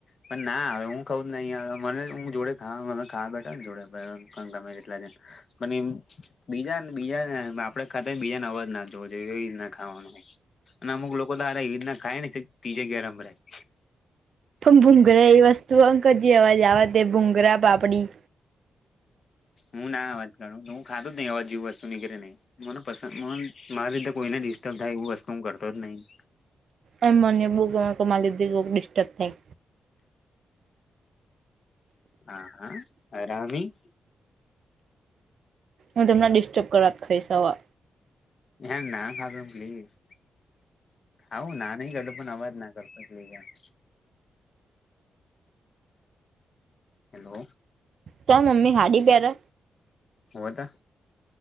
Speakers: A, on the left (about 50°); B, on the right (about 65°).
A: પણ ના હવે હું ખઉું જ નહી આવે મને હું જોડે ખા મ ખાવા બેઠા ને જોડે ગમે કેટલા જ મને બીજાને બીજા આપડે ખાતે બીજાને અવાજ ના જોવો જોઈએ એવી રીત ના ખાવાનું અને અમુક લોકો તો એવી રીતના ખાય ને ત્રીજા ભરાય
B: ભુંગરા એ વસ્તુ અંક જે અવાજ આવેવા તે ભૂુંગરા પાપડી
A: હું ના અવાજ ગાું હું ખાધું જ નહી અવાજ જે વસ્તુ નીકળે નહીં મને પસંદ મારી લીધે કોઈને ડિસ્ટર્બ થાય એવું વસ્તુ હું કરતો જ નહીિ
B: અમ મને બૂક માલીધે ડિસ્ટર્બ થાય
A: હા હા અરામી
B: હું તમણાં ડિસ્ટર્બ કરવા ખાઈશ. અવે
A: હ ના ખાવે એમ પ્લીઝ ખાવું ના નહી ગઢો પણ અવાજ નાખ ગલપ લઈયા હેલો
B: ત મમ્મી હાડી પરે
A: હોટ